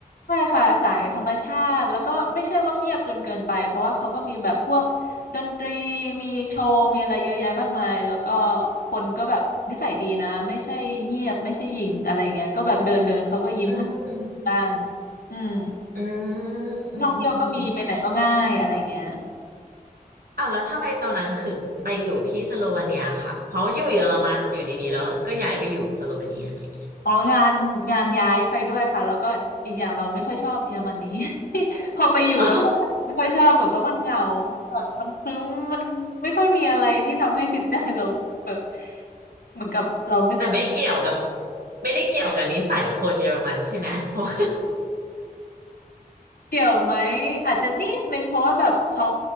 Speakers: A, on the left (about 75°); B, on the right (about 75°).
A: ใช่ค่ะสายธรรมชาติแล้วก็ไม่ใช่ว่าเงียบจนเกินไปเพราะว่าเขาก็มีแบบพวกดนตรีมีโชว์มีอะไรเยอะแยะมากมายแล้วก็คนก็แบบนิสัยดีนะไม่ใช่เงียบไม่ใช่หยิ่งอะไรเงี้ยก็แบบเดินเดินเขาก็ยิ้มให้
B: อืมอืม
A: บ้างอืม
B: อืม
A: ที่ท่องเที่ยวก็มีไปไหนก็ง่ายอะไรเงี้ย
B: อืมอืมอืมอ้าวแล้วทำไมตอนนั้นถึงไปอยู่ที่สโลวาเนียค่ะเพราะอยู่เยอรมันอยู่ดีๆแล้วก็ย้ายไปอยู่สโลวาเนียอะไรอย่างเงี้ย
A: อ๋องานงานย้ายไปด้วยค่ะแล้วก็อีกอย่างเราไม่ค่อยชอบเยอรมนี <laughs> พอไปอยู่แล้วเราไม่ค่อยชอบเหมือนกับมันเหงามันแบบมันครึ้มมันไม่ค่อยมีอะไรที่ทำให้จิตใจเราแบบ
B: <laughs> อ๋อ
A: เหมือนกับเรา
B: แต่ไม่เกี่ยวกับไม่ได้เกี่ยวกับนิสัยคนเยอรมันใช่ไหมเพราะ
A: เกี่ยวไหมอาจจะนิดนึงเพราะว่าแบบเขา